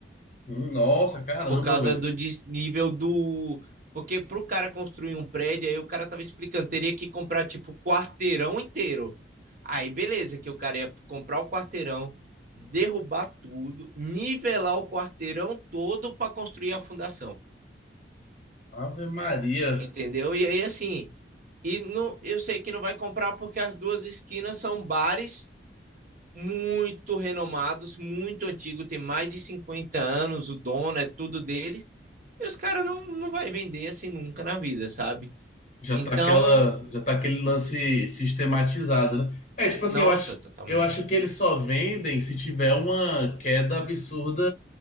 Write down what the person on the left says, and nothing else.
Hum, Nossa, caramba,
velho.
Ave Maria.
Já
tá aquela, já tá aquele lance sistematizado, né? É, tipo assim,
eu acho,
eu acho que eles só vendem se tiver uma queda absurda